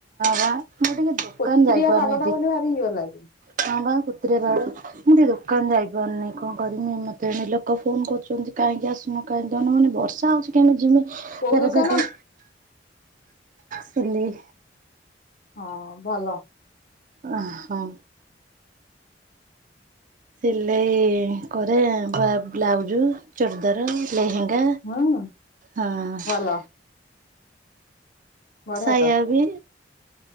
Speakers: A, on the right; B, on the left.
A: ବା ମୁଁ ଟିକେ ଦୋକାନ
B: କୋତ୍ରିୟା
A: ଯାଇପାରୁନି
B: ପାଗ ଟା
A: ଦି
B: ବୋଲି ଭାରି ଇଏ ଲାଗ
A: ହଁ ବା କୋତ୍ରିଆ ପାଗଟା। ମୁଁ ଟିକେ ଦୋକାନ ଯାଇପାରୁନି କଣ କରିମି ମତେ ଏଣେ ଲୋକ ଫୋନ କରୁଛନ୍ତି କାହିଁକି ଆସୁନ। କାଇଁ ଦାଉନ ମୁଁ କହିନି ବର୍ଷା ହୋଉଚି କିମିତି ତିମି
B: କୋଉ
A: ଫେରେ
B: ଦୋକାନ
A: ସେଠି ସିଲେଇ।
B: ହଁ ଭଲ।
A: ଅ ହଁ। ସିଲେଇ କରେ ବା ବ୍ଲାଉଜ ଚୁରଦାର ଲେହେଙ୍ଗା
B: ହୁଁ
A: ହଁ
B: ଭଲ ବଢିଆ
A: ସାୟା
B: ତ।
A: ବି।